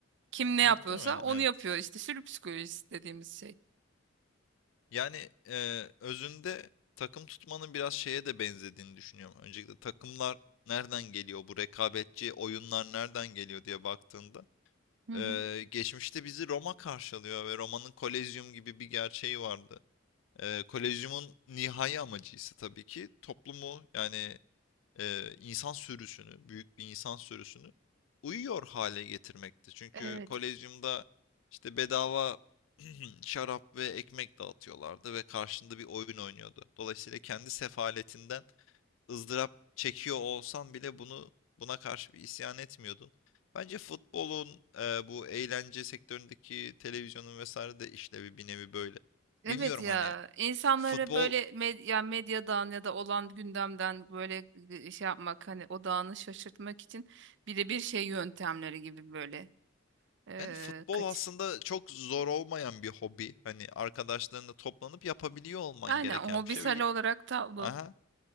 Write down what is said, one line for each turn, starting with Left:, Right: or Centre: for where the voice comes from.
Right: Kim ne
Left: Muhtemelen
Right: yapıyorsa onu
Left: evet.
Right: yapıyor. İşte sürü psikolojisi dediğimiz şey.
Left: Yani e, özünde takım tutmanın biraz şeye de benzediğini düşünüyorum. Öncelikle takımlar nereden geliyor? Bu rekabetçi oyunlar nereden geliyor diye baktığında
Right: Hı
Left: e,
Right: hı.
Left: geçmişte bizi Roma karşılıyor ve Roma'nın Kolezyum gibi bir gerçeği vardı. E, Kolezyum'un nihai amacı ise tabii ki toplumu yani e, insan sürüsünü, büyük bir insan sürüsünü uyuyor hale getirmekti. Çünkü
Right: Evet.
Left: kolezyumda işte bedava <clears throat> <laughs> şarap ve ekmek dağıtıyorlardı ve karşında bir oyun oynuyordu. Dolayısıyla kendi sefaletinden ızdırap çekiyor olsan bile bunu buna karşı bir isyan etmiyordun. Bence futbolun e, bu eğlence sektöründeki televizyonun vesaire de işlevi bir nevi böyle.
Right: Evet
Left: Bilmiyorum
Right: ya
Left: hani
Right: insanlara
Left: futbol
Right: böyle med ya medyadan ya da olan gündemden böyle şey yapmak hani odağını şaşırtmak için birebir şey yöntemleri gibi böyle eee,
Left: Yani futbol
Right: kaç
Left: aslında çok zor olmayan bir hobi. Hani arkadaşlarınla toplanıp yapabiliyor olman
Right: aynen
Left: gereken
Right: hobisel
Left: bir şey. ve-
Right: olarak tablo
Left: Aha.